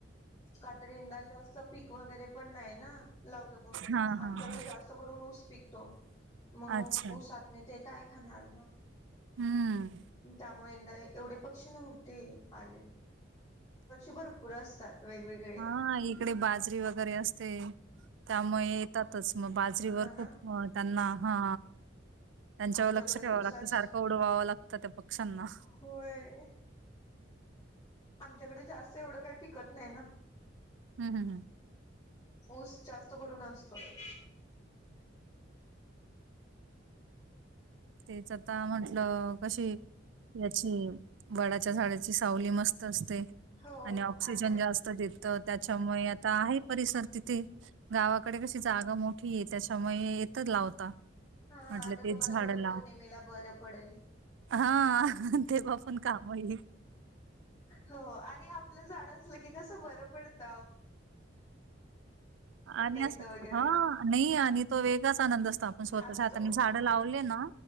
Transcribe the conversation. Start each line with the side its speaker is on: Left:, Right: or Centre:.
Left: काात यंदा जास्त पीक वगैरे पण नाही ना लावल कोणी
Right: हा हा
Left: आमच्याकडे
Right: हा
Left: जास्त करून ऊस पिकतो मग
Right: अच्छा
Left: ऊसात नाही ते काय खाणार ना
Right: हम्म
Left: त्यामुळे एवढे पक्षी नव्हते आले भरपूर असतात वेगवेगळे
Right: हा इकडे बाजरी वगैरे असते त्यामुळे येतातच मग बाजरीवर
Left: हा ना
Right: खूप त्यांना हा त्यांच्यावर
Left: आमच्याकडे
Right: लक्ष ठेवावं
Left: ऊस
Right: लागतं
Left: अस
Right: सारखं उडवावं लागतं त्या पक्ष्यांना
Left: होय आमच्याकडे जास्त एवढं काही पिकत नाही ना
Right: हम्म हम्म हम्म.
Left: उस जास्त करून असतोय
Right: तेच आता म्हंटलं कशी याची वडाच्या झाडाची सावली मस्त असते
Left: हो
Right: आणि ऑक्सिजन
Left: आता
Right: जास्त देत त्याच्यामुळे आहे परिसर तिथे गावाकडे कशी जागा मोठी आहे त्याच्यामुळे येतच लावता
Left: हा
Right: म्हटलं
Left: आता
Right: तेच
Left: तुम्हाला
Right: झाडं
Left: वड पौर्णिमेला बरं पडेल
Right: हा तेव्हा पण काम होईल
Left: हो आणि आपलं झाड की कस बरं पडत
Right: आणि
Left: येतं
Right: अस
Left: वगैरे
Right: हा नाही आणि तो वेगाच आनंद असतो आपण स्वतःच्या
Left: असतो
Right: हाताने झाडं लावले ना